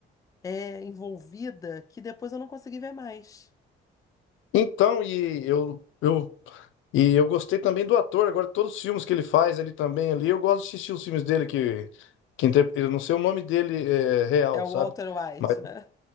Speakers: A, on the left (about 15°); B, on the left (about 80°).
A: é, envolvida que depois eu não consegui ver mais.
B: então e eu, eu e eu gostei também do ator. Agora todos os filmes que ele faz ele também ali, eu gosto de assistir os filmes dele que, que inter- eu não sei o nome dele é, real,
A: É o
B: sabe?
A: Walter White,
B: Mas
A: né?